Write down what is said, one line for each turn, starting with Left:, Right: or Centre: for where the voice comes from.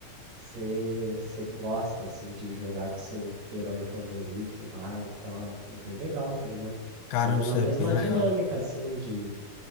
Right: você você gosta, assim, de jogar com seu herói favorito lá e tal. É, é bem legal, tá ligado?
Left: Caramba,
Right: Mas é na
Left: isso
Right: mesma
Left: é bem
Right: dinâmica,
Left: legal.
Right: assim, de